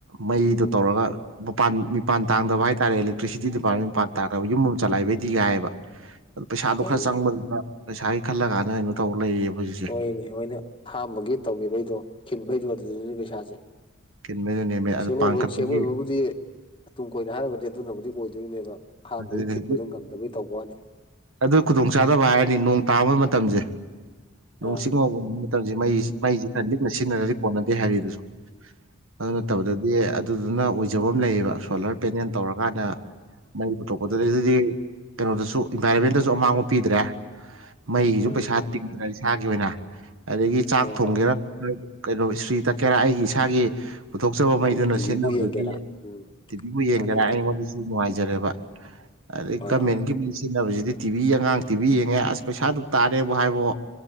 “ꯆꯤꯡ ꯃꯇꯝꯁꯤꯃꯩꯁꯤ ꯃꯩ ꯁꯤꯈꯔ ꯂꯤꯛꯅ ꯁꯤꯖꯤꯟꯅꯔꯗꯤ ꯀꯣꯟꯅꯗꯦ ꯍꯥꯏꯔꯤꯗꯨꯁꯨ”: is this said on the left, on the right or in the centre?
Right